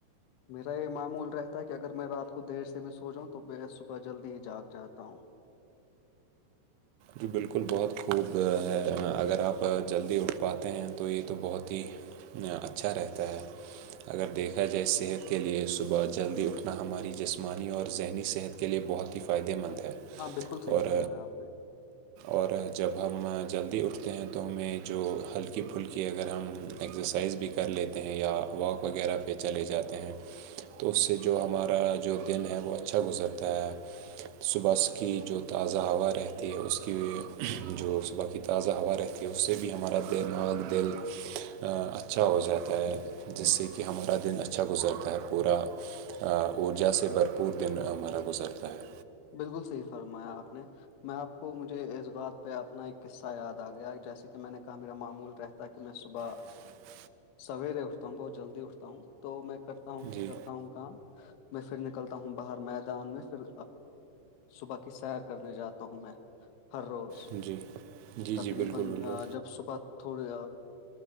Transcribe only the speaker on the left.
میرا یہ معمول رہتا ہے کہ اگر میں رات کو دیر سے بھی سو جاؤں تو میں صبح جلدی ہی جاگ جاہتا ہوں
ہاں بالکل صحیح
فرمایا آپ نے
بالکل صحیح فرمایا آپ نے میں آپ کو مجھ مجھے اس بات پہ اپنا ایک قصہ یاد آ گیا جیسے کہ میں نے کہا میرا معمول رہتا کہ میں صبح
سویرے اٹھتا ہوں بہت جلدی اٹھ ہوں تو میں کرتا ہوں
کرتا ہوں کام میں پھر نکلتا ہوں باہر میدان میں پھر صبح کی سیر کرنے جاتا ہوں میں ہر روز
تقریبا
جب صبح تھوڑے